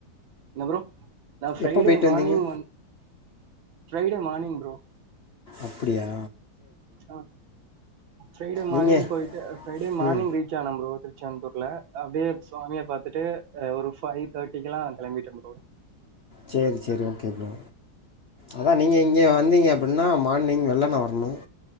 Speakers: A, on the right; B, on the left.
A: என்ன ப்ரோ நா ஃரைடே
B: எப்போ போயிட்டு
A: மார்னிங்
B: வந்தீங்க
A: ஃப்ரைடே மார்னிங் ப்ரோ
B: அப்டியா
A: ஆ ஃப்ரைடே மார்னிங்
B: நீங்கள்
A: போயிட்டு ஃப்ரைடே மார்னிங்
B: ம்
A: ரீச் ஆனேன் ப்ரோ தச்செந்தூர்ல அப்டியே சுவாமிய பாத்துட்டு ஒரு ஃபைவ் தேர்ட்டிக்கு எல்லா கிளம்பிட்டே ப்ரோ
B: செரி செரி ஓகே ப்ரோ அதா நீங்க இங்கே வந்தீங்க அப்டின்னா மார்னிங் வெள்ளனையா வரணும்